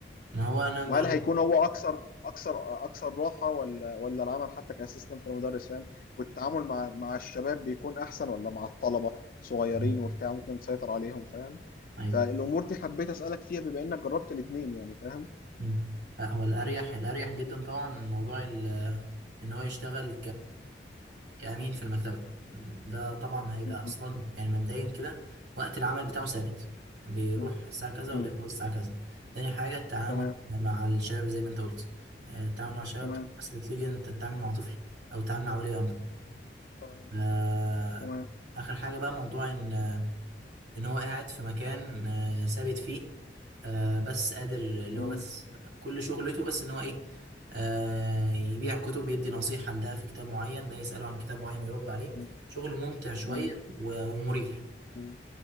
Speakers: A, on the right (about 80°); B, on the left (about 50°).
A: ما هو انا
B: وهل
A: بقول
B: هيكون
A: لك
B: هو اكثر اكثر اكثر راحه ولا ولا العمل حتى كاسيستنت المدرس فاهم والتعامل مع مع الشباب بيكون احسن ولا مع الطلبه صغيرين
A: مم.
B: وبتاع ممكن تسيطر عليهم فاهم
A: ايوه
B: فالامور دي حبيت اسالك فيها بما انك جربت الاثنين يعني فاهم
A: مم. لا هو الاريح الاريح جدا طبعا موضوع ال- ان هو يشتغل كأمين في المكتبة ده طبعا هيبقى
B: م-
A: أصلا يعني مبدئيا كده وقت العمل بتاعه ثابت بيروح
B: م- م-
A: الساعة كذا وبيخلص
B: م.
A: الساعة كذا تاني حاجة التعامل
B: تمام
A: مع الشباب زي ما أنت قلت آه، التعامل مع الشباب
B: تمام
A: أسهل كتير جدا أنت تتعامل مع طفل أو تتعامل مع ولي أمر
B: تمام
A: آه،
B: تمام
A: آخر حاجة بقى موضوع إن ان هو قاعد في مكان آه، ثابت فيه آه، بس قادر اللي
B: م-
A: هو بس كل شغلته بس ان هو ايه آه، يبيع كتب يدي نصيحة لده في كتاب معين ده يسأله عن كتاب معين يرد عليه
B: م-
A: شغل ممتع شوية
B: م-
A: و- ومريح
B: م-